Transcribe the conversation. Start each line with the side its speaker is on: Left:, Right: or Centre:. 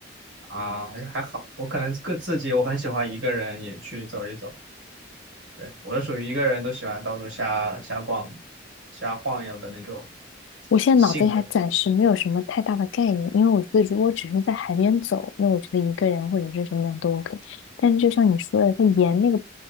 Right: 啊，哎还好，我可能个自己我很喜欢一个人也去走一走，对，我是属于一个人都喜欢到处瞎瞎逛、瞎晃悠的那种
Left: 我现在脑子里还暂时没有什么太大的概念，
Right: 性格。
Left: 因为我觉得如果只是在海边走，那我觉得一个人或者是什么样都 OK。但是就像你说的，他沿那个